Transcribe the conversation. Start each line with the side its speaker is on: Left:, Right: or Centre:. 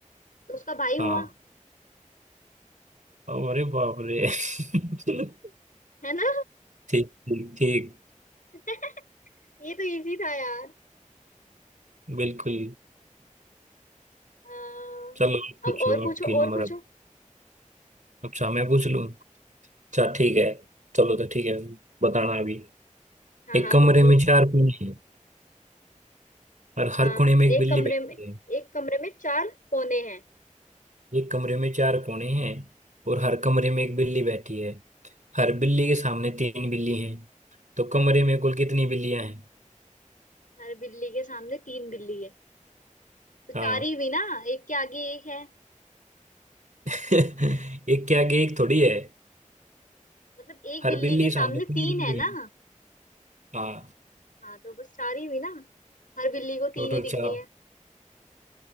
Left: तो उसका भाई हुआ
Right: हाँ अरे बाप रे <laughs>
Left: है ना
Right: ठीक ठीक ठीक
Left: <laughs> ये तो इजी था यार
Right: बिल्कुल
Left: अम,
Right: चलो
Left: अब
Right: पूछो
Left: और पूछो
Right: आपकी
Left: और
Right: नंबर
Left: पूछो
Right: अब अच्छा मैं पूछ लूँ अच्छा ठीक है चलो तो ठीक है बताना अभी
Left: हाँ
Right: एक
Left: हाँ
Right: कमरे
Left: बिल्कुल
Right: में चार कोने हैं और हर
Left: हाँ
Right: कोने में एक
Left: एक
Right: बिल्ली
Left: कमरे
Right: बैठी
Left: में एक
Right: है
Left: कमरे में चार कोने हैं
Right: एक कमरे में चार कोने हैं और हर कमरे में एक बिल्ली बैठी है हर बिल्ली के सामने तीन बिल्ली हैं तो कमरे में कुल कितनी बिल्लियां हैं
Left: हर बिल्ली के सामने तीन बिल्ली है तो चार
Right: हाँ,
Left: ही हुई ना एक के आगे एक है
Right: <laughs> एक के आगे एक थोड़ी है
Left: मतलब एक
Right: हर
Left: बिल्ली
Right: बिल्ली
Left: के सामने
Right: सामने तुम
Left: तीन
Right: बिल्ली
Left: है ना
Right: हाँ
Left: हाँ तो बस चार ही हुई ना हर बिल्ली को
Right: टोटल
Left: तीन ही दिख
Right: चार
Left: रही है <laughs>